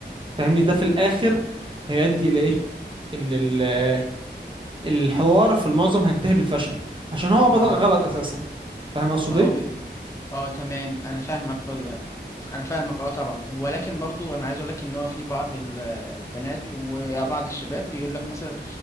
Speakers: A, on the right; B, on the left.
A: فاهمني ده في الاخر هيؤدي الى ايه ان ال- الحوار في المعظم هينتهي بالفشل عشان هو بدأ
B: ما هو
A: غلط اساسا فاهم اقصد
B: ما هو بي... اه تمام انا فاهمك بر... انا فاهمك اه طبعا ولكن برضو انا عايز اقول لك ان هو في بعض ال- البنات وبعض الشباب بيقول لك مثلا